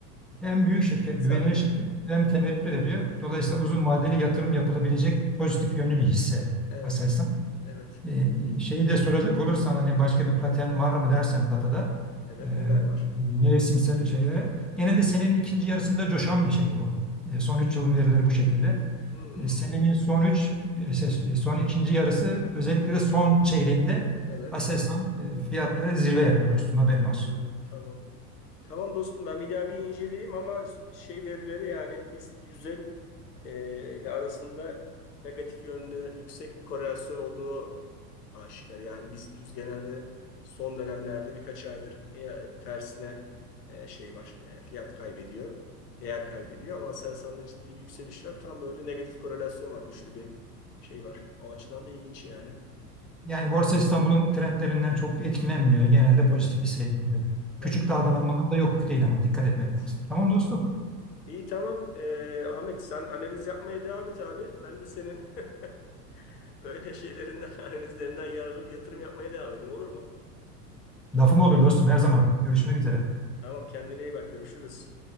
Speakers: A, in the centre; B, on the left.
A: Hem büyük şirket,
B: Etsen
A: güvenilir
B: bile.
A: şirket hem temettü veriyor. Dolayısıyla
B: Evet.
A: uzun vadeli yatırım yapılabilecek pozitif yönlü bir hisse
B: Evet.
A: Aselsan.
B: Evet.
A: Ee, şeyi de soracak olursan hani başka bir patern var mı dersen datada
B: Evet.
A: e,
B: Neler var?
A: mevsimsel şeylere. Genelde senenin ikinci yarısında coşan bir şey bu. E, son 3 yılın verileri bu şekilde.
B: Hmm.
A: E, senenin son 3 son ikinci yarısı özellikle de son çeyreğinde
B: Evet.
A: Aselsan e, fiyatları zirve yapıyor dostum haberin olsun.
B: Anladım. Tamam. Tamam dostum ben bir daha bir inceleyeyim ama şey verileri yani biz yüzün e, ile arasında negatif yönde yüksek bir korelasyon olduğu aşikar. Yani BIST 100 genelde son dönemlerde birkaç aydır e, tersine e, şey var e, fiyat kaybediyor. Değer kaybediyor ama Aselsan'da ciddi bir yükseliş var. Tam böyle negatif korelasyon var güçlü bir şey var. O açıdan da ilginç yani.
A: Yani Borsa İstanbul'un trendlerinden çok etkilenmiyor. Genelde
B: Evet,
A: pozitif bir seyrediyor.
B: evet,
A: Küçük dalgalanmalar da yok değil ama dikkat etmek
B: evet.
A: lazım. Tamam dostum.
B: İyi tamam. Ee, Ahmet sen analiz yapmaya devam et abi. Ben de senin <laughs> böyle şeylerinden analizlerinden yararlanıp yatırım yapmaya devam edeyim olur mu?
A: Lafım olur dostum her zaman. Görüşmek üzere.
B: Tamam kendine iyi bak görüşürüz.